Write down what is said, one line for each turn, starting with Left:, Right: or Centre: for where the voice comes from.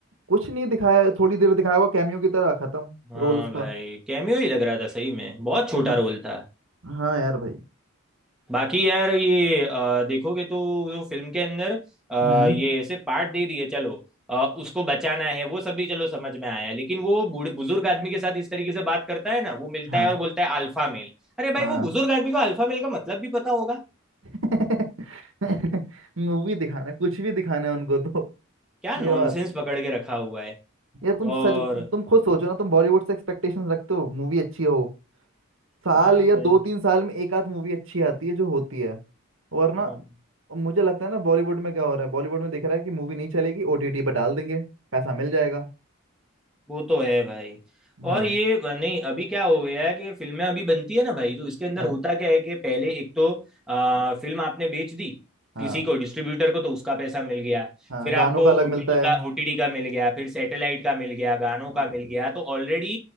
Right: कुछ नहीं दिखाया थोड़ी देर दिखाया हुआ कैमियो की तरह खत्म
Centre: हाँ
Right: रोल उसका
Centre: भाई कैमियो ही लग रहा था सही में बहुत छोटा
Right: हाँ
Centre: रोल था
Right: हाँ यार भाई
Centre: बाकी यार ये अ, देखोगे तो वो फिल्म के अंदर अ,
Right: हम्म
Centre: ये ऐसे पार्ट दे दिए चलो अ, उसको बचाना है वो सब भी चलो समझ में आया लेकिन वो बूढ़े बुजुर्ग आदमी के साथ इस तरीके से बात करता है ना वो मिलता
Right: हाँ
Centre: है और बोलता है अल्फा मेल अरे भाई
Right: हाँ
Centre: वो बुजुर्ग आदमी को अल्फा मेल का मतलब भी पता होगा
Right: <laughs> मूवी दिखाना कुछ भी दिखाना है उनको तो
Centre: क्या
Right: ये
Centre: नॉनसेंस
Right: बात
Centre: पकड़ के रखा हुआ है
Right: यार तुम सच
Centre: और
Right: तुम खुद सोचो ना तुम बॉलीवुड से एक्सपेक्टेशंस रखते हो मूवी अच्छी हो साल
Centre: हाँ
Right: या
Centre: भाई
Right: दो तीन साल में एक आध मूवी अच्छी आती है जो होती है वरना
Centre: हाँ
Right: मुझे लगता है ना बॉलीवुड में क्या हो रहा है बॉलीवुड में दिख रहा है कि मूवी नहीं चलेगी ओटीटी पर डाल देंगे पैसा मिल जाएगा
Centre: वो तो है भाई और
Right: हाँ
Centre: ये ब- नहीं अभी क्या हो गया है कि फिल्में अभी बनती है ना भाई तो इसके अंदर
Right: हाँ
Centre: होता क्या है कि पहले एक तो आ,
Right: हाँ
Centre: फिल्म आपने बेच दी
Right: हाँ
Centre: किसी को डिस्ट्रीब्यूटर को तो उसका पैसा मिल गया
Right: हाँ
Centre: फिर आपको
Right: गानों का अलग
Centre: ओटीटी
Right: मिलता है
Centre: का ओटीटी का मिल गया फिर सैटेलाइट का मिल गया गानों
Right: हाँ
Centre: का मिल गया तो ऑलरेडी